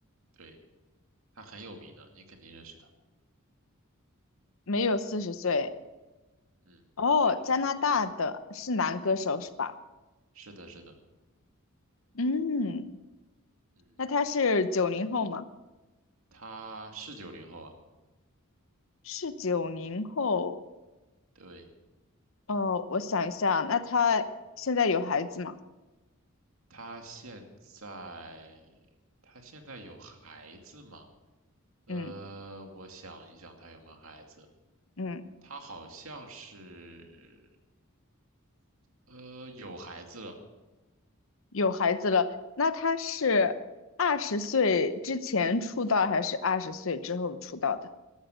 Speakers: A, on the right; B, on the left.
A: 对，他很有名的，你肯定认识他。
B: 没有四十岁。
A: 嗯，
B: 哦，
A: 对，
B: 加拿大的是男歌手是吧？
A: 他是的，是的。
B: 嗯，
A: 嗯。
B: 那他是九零后吗？
A: 他是九零后啊，
B: 是九零后。
A: 对，
B: 哦，我想一下，那他现在有孩子吗？
A: 他现在他现在有孩子吗？呃，
B: 嗯
A: 我想一想，他有没有孩子？
B: 嗯，
A: 他好像是，呃，有孩子了，
B: 有孩子了。那他是二十岁之前出道还是二十岁之后出道的？